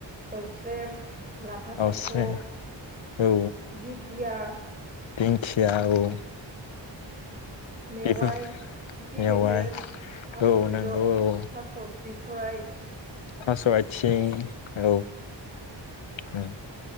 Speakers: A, on the right; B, on the left.
A: दौस्रेम लाफा
B: आवस्रि
A: सायख'
B: औ
A: दिंखि <unintelligible>
B: दिंखिया औ
A: मेवाइ
B: बेफोर
A: खिफि
B: मेवाइ
A: बेन्दों थास'
B: औ
A: बिद'
B: नंगौ औ
A: थास' बि थराय
B: थास आथिं औ ओं